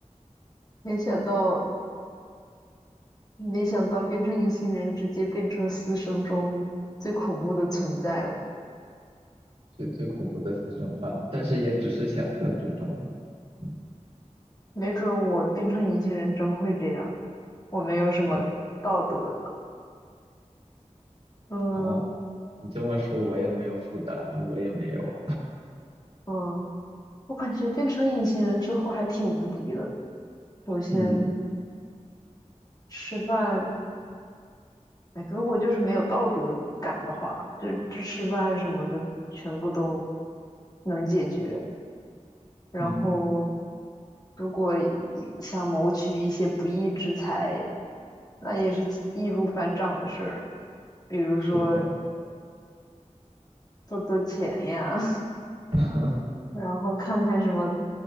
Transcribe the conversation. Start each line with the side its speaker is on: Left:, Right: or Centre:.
Left: 没想到，没想到变成隐形人，直接变成私生中最恐怖的存在了。
Right: 最最恐怖的私生饭，但是也只是想象之中了。嗯，
Left: 没准我变成隐形人真会这样，我没有什么道德的。
Right: 哦
Left: 嗯
Right: 哦，你这么说我也没有负担了，我也没有。
Left: 嗯，我感觉变成隐形人之后还挺无敌的。首先
Right: 嗯
Left: 吃饭，哎，如果就是没有道德感的话，就这吃饭什么的全部都能解决。然后
Right: 嗯，
Left: 如果一想谋取一些不义之财，那也是易如反掌的事儿，比如说
Right: 是的，
Left: 偷偷钱呀。<laughs>
Right: <laughs>
Left: 然后看看什么